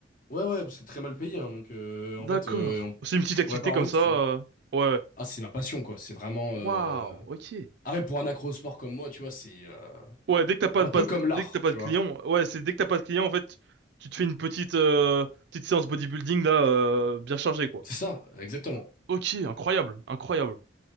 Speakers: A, on the left; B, on the right.
A: Ouais, ouais, c'est très mal payé, hein, donc euh, en
B: d'accord
A: fait, euh, on-
B: c'est une petite
A: je
B: activité
A: pourrais pas en
B: comme
A: vivre,
B: ça
A: tu
B: euh,
A: vois.
B: ouais
A: Ah, c'est ma passion, quoi. C'est vraiment. Euh...
B: waouh ok
A: Arrête, pour un accro-sport comme moi, tu vois, c'est euh,
B: ouais dès que t'as pas
A: un
B: de
A: peu
B: pas-
A: comme l'art,
B: dès que t'as pas
A: tu
B: de clients
A: vois.
B: ouais c'est dès que t'as pas de clients en fait tu te fais une petite euh, petite séance bodybuilding là euh, bien chargée quoi
A: C'est ça, exactement.
B: ok incroyable incroyable